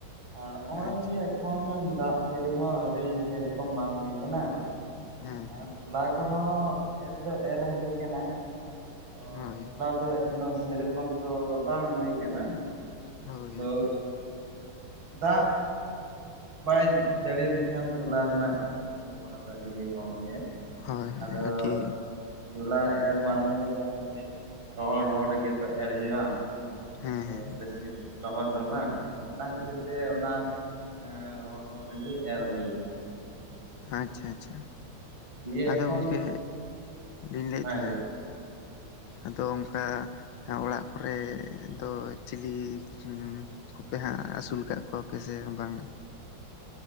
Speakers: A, on the right; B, on the left.
A: ᱟᱨ ᱱᱚᱜᱼᱚᱭ
B: ᱟᱪᱪᱷᱟ
A: ᱡᱮ ᱮᱠᱷᱚᱱ ᱫᱟᱜ ᱡᱟᱹᱲᱤ ᱦᱚᱸ ᱟᱹᱲᱤ ᱥᱮ ᱨᱚᱠᱚᱢ ᱵᱟᱝ ᱦᱩᱭ ᱟᱠᱟᱱᱟ
B: ᱦᱮᱸ
A: ᱟᱨ
B: ᱦᱮᱸ
A: ᱛᱚᱞᱟ ᱠᱚᱦᱚᱸ ᱮᱨ ᱫᱚ ᱮᱨ ᱦᱩᱭ ᱠᱟᱱᱟ ᱛᱚ
B: ᱦᱳᱭ
A: ᱛᱚᱞᱟ ᱫᱚ ᱮ ᱢᱟᱱᱮ ᱥᱮᱨᱚᱠᱚᱢ ᱫᱚ ᱵᱟᱝ ᱦᱩᱭ ᱠᱟᱱᱟ
B: ᱦᱳᱭ
A: ᱟᱫᱚ
B: ᱦᱳᱭ ᱦᱳᱭ
A: ᱫᱟᱜ ᱵᱟᱭ ᱡᱟᱹᱲᱤ ᱞᱮᱠᱷᱟᱱ ᱛᱚᱞᱟ ᱨᱮᱱᱟᱜ ᱥᱚᱢᱵᱷᱚᱵᱚᱱᱟ ᱫᱚ ᱟᱰᱤᱜᱮ ᱠᱚᱢ ᱜᱮᱭᱟ
B: ᱦᱳᱭ ᱦᱳᱭ
A: ᱟᱫᱚ
B: ᱟᱹᱰᱤ
A: ᱪᱚᱞᱟ ᱮᱨ ᱢᱟᱲᱟᱝ ᱨᱮᱫᱚ ᱠᱟᱹᱴᱤᱡ ᱨᱚᱦᱚᱲ ᱨᱚᱦᱚᱲ ᱨᱮᱜᱮ ᱛᱚ ᱮᱨ ᱦᱩᱭᱩᱜᱼᱟ
B: ᱦᱮᱸ
A: ᱟᱫᱚ
B: ᱦᱮᱸ
A: ᱵᱮᱥᱤ ᱞᱚᱦᱚᱫ ᱫᱚ ᱵᱟᱝ ᱟᱫᱚ ᱚᱱᱟ ᱠᱷᱟᱹᱛᱤᱨ ᱛᱮ ᱚᱱᱟ ᱮ ᱨᱚᱦᱚᱲ ᱨᱚᱦᱚᱲ ᱨᱮᱜᱮ ᱮᱨ ᱦᱳᱭ ᱠᱟᱱᱟ
B: ᱟᱪᱪᱷᱟ ᱟᱪᱪᱷᱟ
A: ᱫᱤᱭᱮ
B: ᱟᱫᱚ
A: ᱮᱠᱷᱚᱱ
B: ᱜᱚᱝᱠᱮ ᱞᱤᱧ ᱞᱟᱹᱭᱮᱫ
A: ᱦᱮᱸ
B: ᱛᱟᱦᱮᱫ
A: ᱞᱟᱹᱭ ᱵᱮᱱ
B: ᱟᱫᱚ ᱚᱝᱠᱟ ᱚᱲᱟᱜ ᱠᱚᱨᱮ ᱫᱚ ᱪᱤᱞᱤ ᱦᱩᱸ ᱠᱚᱯᱮ ᱦᱟᱜ ᱟᱥᱩᱞ ᱠᱟᱜ ᱠᱚᱣᱟᱯᱮ ᱥᱮ ᱵᱟᱝ